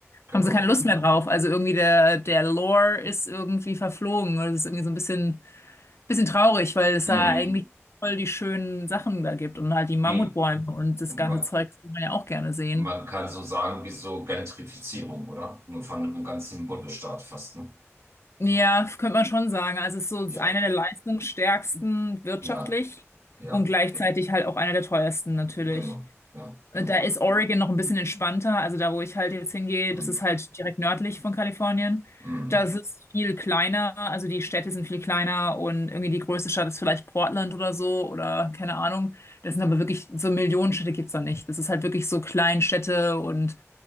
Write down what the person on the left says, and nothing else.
haben sie keine Lust mehr drauf. Also irgendwie der, der Lore ist irgendwie verflogen. Das ist irgendwie so ein bisschen, bisschen traurig, weil es da
eigentlich voll die schönen Sachen da gibt und halt die Mammutbäume
und das
ganze Zeug würde man ja auch gerne sehen.
Ja, könnte man schon sagen. Also es ist so es
ist einer der leistungsstärksten wirtschaftlich
und gleichzeitig halt auch einer der teuersten natürlich.
Äh,
Da ist Oregon noch ein bisschen entspannter. Also da, wo ich halt jetzt hingehe,
das ist halt direkt nördlich von Kalifornien.
Das ist viel kleiner. Also die Städte sind viel kleiner und irgendwie die größte Stadt ist vielleicht Portland oder so oder keine Ahnung. Das sind aber wirklich so Millionenstädte gibt's da nicht. Das ist halt wirklich so Kleinstädte und